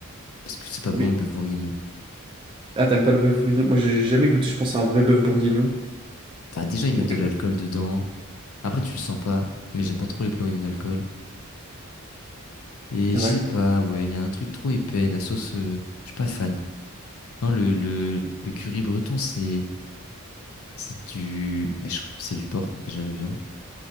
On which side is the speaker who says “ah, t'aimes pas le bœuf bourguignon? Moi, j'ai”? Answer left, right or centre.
Right